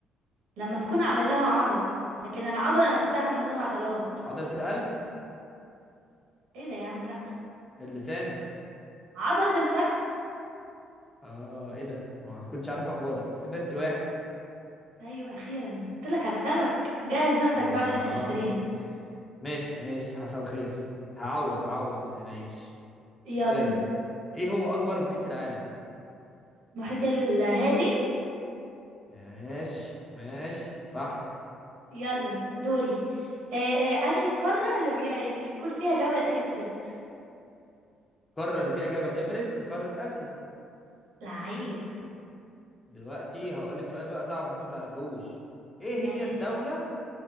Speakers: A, on the right; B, on the left.
A: لما تكون عامل لها عضل لكن العضلة نفسها من غير عضلات
B: عضلة القلب
A: إيه ده يا عم لأ
B: اللسان
A: عضلة الفك
B: اه ايه ده ما كنتش عارفها خالص كده انت واحد
A: أيوة أخيرا قلت لك هكسبك جهز نفسك بقى
B: لا
A: عشان تشتريها
B: ماشي ماشي حصل خير هعوض هعوض ما تقلقيش
A: يلا
B: طيب ايه هو اكبر محيط في العالم
A: محيط الهادي
B: ماشي ماشي صح
A: يلا دوري آه آه أنهي القارة اللي بي... اللي بيكون فيها جبل إيفرست
B: القارة اللي فيها جبل ايفرست قارة اسيا
A: لعيب
B: دلوقتي هقول لك سؤال بقى صعب ممكن تعرفوش ايه هي
A: ماشي
B: الدولة